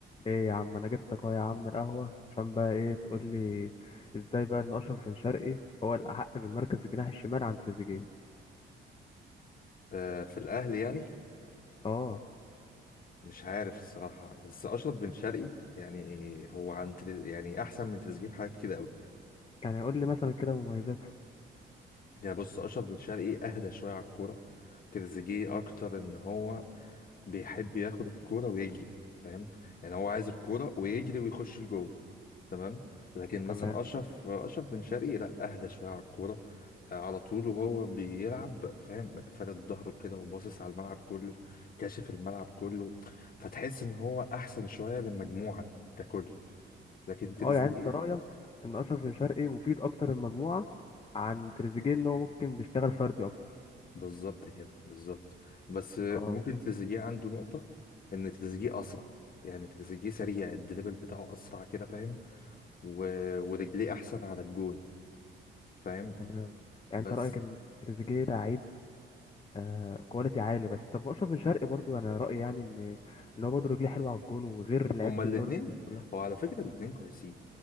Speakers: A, on the left; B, on the left.
A: ايه يا عم انا جبتك اهو يا عم القهوه عشان بقى ايه تقول لي ازاي بقى ان اشرف بن شرقي هو الاحق في المركز الجناح الشمال عن تريزيجيه
B: آه، في الأهلي يعني
A: اه
B: مش عارف الصراحة بس أشرف بن شرقي يعني هو عن تريز يعني أحسن من تريزيجيه في حاجات كتير أوي
A: يعني قول لي مثلا كده مميزاته
B: يعني بص أشرف بن شرقي أهدى شوية على الكورة تريزيجيه أكتر إن هو بيحب ياخد الكورة ويجري فاهم يعني هو عايز الكورة ويجري ويخش لجوه تمام لكن
A: تمام
B: مثلا اشرف اشرف بن شرقي لا اهدى شويه على الكوره آه، على طول وهو بيلعب فاهم فارد ظهره كده وباصص على الملعب كله كاشف الملعب كله فتحس ان هو احسن شويه للمجموعه ككل لكن تريزيجيه
A: اه يعني انت رايك ان اشرف بن شرقي مفيد اكتر المجموعه عن تريزيجيه ان هو ممكن بيشتغل فردي اكتر
B: بالظبط كده بالظبط بس آه،
A: اه
B: ممكن تريزيجيه عنده نقطه ان تريزيجيه اسرع يعني تريزيجيه سريع الدريبل بتاعه اسرع كده فاهم و... ورجليه احسن على الجون فاهم
A: تمام يعني
B: بس
A: انت رايك ان تريزيجيه لعيب آه كواليتي عالي بس طب اشرف بن شرقي برضو انا رايي يعني ان ان هو برضه رجليه حلوه على الجون وغير لعيبه
B: هما الاتنين
A: الدوري المصري كلها
B: هو على فكرة الاتنين كويسين